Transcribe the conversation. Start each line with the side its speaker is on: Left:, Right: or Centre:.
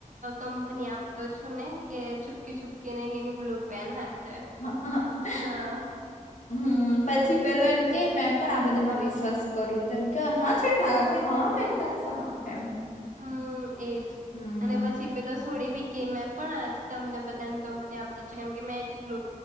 Right: કંપની આપતો છું ને કે ચૂપકીપ કેને કેની બ્લલો પેન હાથ
Left: હ હા <inaudible>
Right: હા
Left: હમ પછી પેલો એમ કે મે પણ આ બધામાં વિશ્વાસ કરું તેમ કે હા છે હા મહેતા સાબ એમ
Right: હમ એજ
Left: હમ
Right: અને પછી પેલો છોડી ભી કે મેં પણ આજ તમને બધા ની કંપની આપતા કેમ કે મે પું